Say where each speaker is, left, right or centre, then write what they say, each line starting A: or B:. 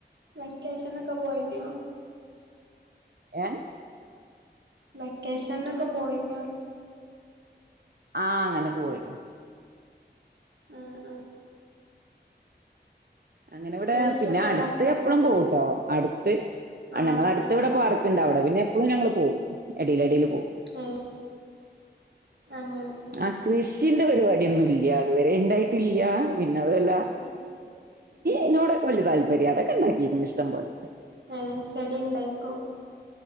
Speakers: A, on the right; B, on the right.
A: വെക്കേഷനെക്കെ പോയിന്നോ
B: ഏ
A: വെക്കേഷനിൽഒക്കെ പോയിന്
B: ആ അങ്ങനൊക്കെ പോയിന്
A: അ അ
B: അങ്ങനെ ഇവിടെ
A: കൃഷിയൊക്കെ
B: പിന്നെ
A: ഉണ്ടാക്കലുണ്ടോ
B: അടുത്ത് എപ്പളും പോവുട്ടോ അടുത്ത് ആ
A: ആഹ്
B: ഞങ്ങൾ അടുത്ത് ഇവിടെ
A: ആഹ്
B: പാർക്കുണ്ടാടെ പിന്നെ എപ്പോളും ഞങ്ങൾ പോക്കും എടിൽ എടിൽ ഉ
A: ഏഹ് അങ്ങനെ
B: ആക്ഷ <inaudible> കൃഷിന്റെ പരിപാടിയൊന്നും ഇല്ല ഇതുവരെ ഉണ്ടായിട്ടില്ല പിന്നതുല്ല
A: ഉം
B: എന്നോട് വല്ല്യ താല്പര്യ അതൊക്കെണ്ടിയിരിക്ക ഇഷടം പോലെ
A: ഏ ചെടി ഉണ്ടായിക്കോ